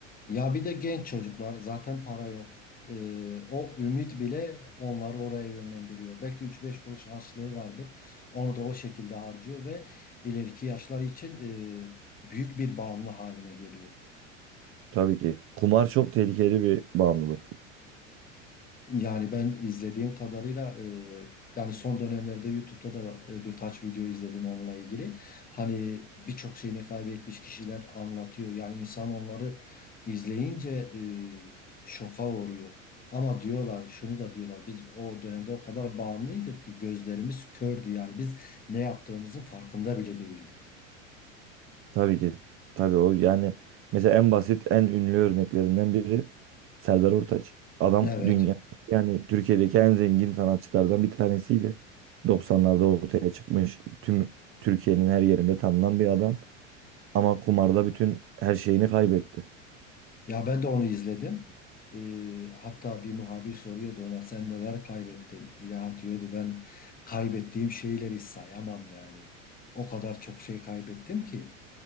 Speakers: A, on the left; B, on the right.
A: Ya bir de genç çocuklar zaten para yok. Ee, o ümit bile onları oraya yönlendiriyor. Belki üç beş kuruş harçlığı vardır. Onu da o şekilde harcıyor ve ileriki yaşlar için e, büyük bir bağımlı haline geliyor.
B: Tabii ki. Kumar çok tehlikeli bir bağımlılık.
A: Yani ben izlediğim kadarıyla e, yani son dönemlerde YouTube'da da e, birkaç video izledim onunla ilgili. Hani birçok şeyini kaybetmiş kişiler anlatıyor. Yani insan onları izleyince e, şoka uğruyor. Ama diyorlar şunu da diyorlar biz o dönemde o kadar bağımlıydık ki gözlerimiz kördü. Yani biz ne yaptığımızın farkında bile değildik.
B: Tabii ki. Tabii o yani mesela en basit en ünlü örneklerinden biri Serdar Ortaç. Adam
A: Evet.
B: dünya yani Türkiye'deki en zengin sanatçılardan bir tanesiydi. 90'larda ortaya çıkmış tüm Türkiye'nin her yerinde tanınan bir adam. Ama kumarda bütün her şeyini kaybetti.
A: Ya ben de onu izledim. Ee, hatta bir muhabir soruyordu ona sen neler kaybettin? Ya diyordu ben kaybettiğim şeyleri sayamam yani. O kadar çok şey kaybettim ki.